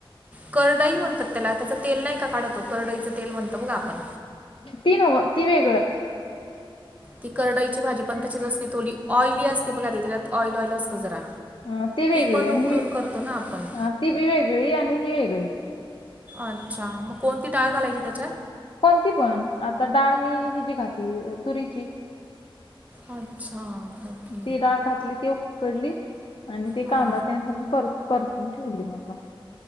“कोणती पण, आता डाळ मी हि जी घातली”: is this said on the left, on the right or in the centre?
Left